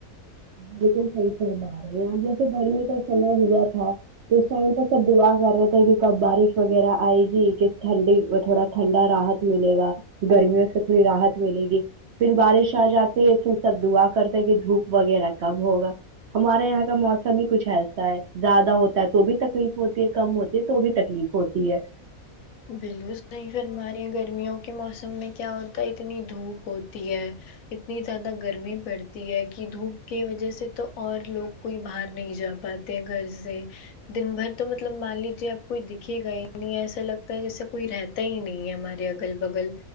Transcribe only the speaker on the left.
بالکل صحیح فرما رہی ہے گرمیوں کے موسم میں کیا ہوتا ہے اتنی دھوپ ہوتی ہے اتنی زیادہ گرمی پڑتی ہے کہ دھوپ کی وجہ سے تو اور لوگ کوئی باہر نہیں جا پاتے ہیں گھر سے دن بھر تو مطلب مان لیجیے آب کوئی دکھے گا ہی نہیں ایسا لگتا جیسے کوئی رہتا ہی نہیں ہے ہمارے اگل بگل